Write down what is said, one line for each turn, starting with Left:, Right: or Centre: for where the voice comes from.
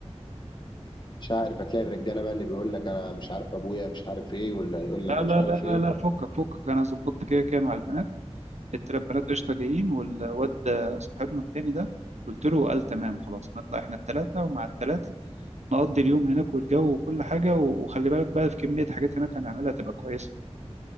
Left: مش عارف هتلاقي الرجاله بقى اللي بيقول لك انا مش عارف ابويا مش عارف ايه ولا يقول لك
Right: لا
Left: مش
Right: لا
Left: عارف
Right: لا لا
Left: ايه
Right: لا فكك فكك أنا ظبطت كده كده مع البنات التلات بنات قشطة جايين والواد صاحبنا التاني ده قلت له قال تمام خلاص نطلع احنا التلاتة ومع التلاتة نقضي اليوم هناك والجو وكل حاجة و- وخلي بالك بقى في كمية حاجات هناك هنعملها تبقى كويسة